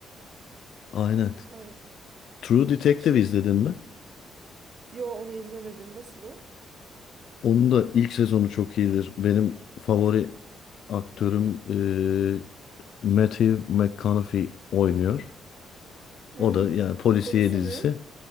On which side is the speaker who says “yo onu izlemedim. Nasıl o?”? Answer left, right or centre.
Right